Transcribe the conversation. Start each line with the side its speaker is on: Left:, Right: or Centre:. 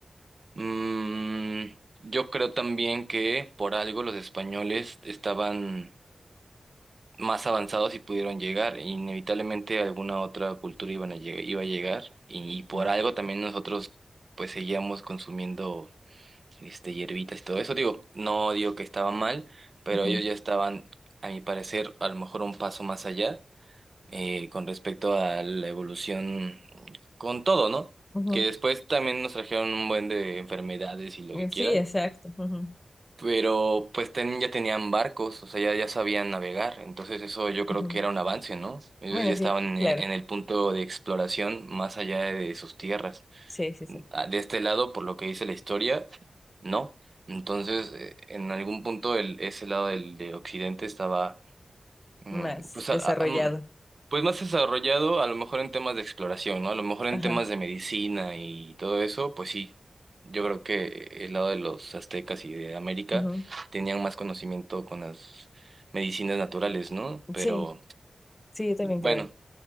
Right: mm, yo creo también que por algo los españoles estaban más avanzados y pudieron llegar. Inevitablemente alguna otra cultura iban a lleg- iba a llegar y, y por
Left: ujú,
Right: algo también nosotros pues seguíamos consumiendo este hierbitas y todo eso. Digo, no digo que estaba mal, pero
Left: ujú,
Right: ellos ya estaban, a mi parecer, a lo mejor un paso más allá eh, con respecto a la evolución con todo, ¿no?
Left: ujú.
Right: Que después también nos trajeron un buen de enfermedades y lo
Left: Eh,
Right: que quiera
Left: Sí, exacto. ujú,
Right: pero pues ten- ya tenían barcos, o sea, ya, ya sabían navegar, entonces eso yo creo
Left: ujú.
Right: que era un avance, ¿no? Ellos
Left: Bueno,
Right: ya estaban
Left: sí, claro.
Right: en, en el punto de exploración más allá de sus tierras.
Left: Sí, sí, sí.
Right: Ah, De este lado, por lo que dice la historia, no. Entonces, eh, en algún punto el, ese lado del, de Occidente estaba Mm,
Left: Más
Right: Pues, a-
Left: desarrollado.
Right: a- mm, pues más desarrollado a lo mejor en temas de exploración, ¿no? A lo mejor en
Left: Ajá.
Right: temas de medicina y todo eso, pues sí. Yo creo que el lado de los aztecas y de América
Left: ujú.
Right: tenían más conocimiento con las medicinas naturales, ¿no? Pero
Left: Sí, sí, yo también
Right: bueno,
Left: creo. eso.